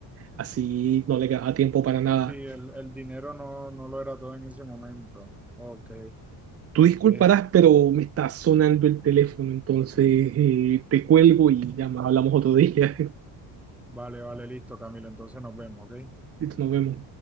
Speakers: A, on the right; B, in the centre.
A: Así no le quedaba tiempo para nada.
B: Sí, el, el dinero no, no lo era todo en ese momento. Ok.
A: Tú disculparás,
B: Eh,
A: pero me está sonando el teléfono, entonces eh, te cuelgo y ya más hablamos otro día. <laughs>
B: vale, vale, listo, Camilo. Entonces nos vemos, ¿ok?
A: Listo, Nos vemos.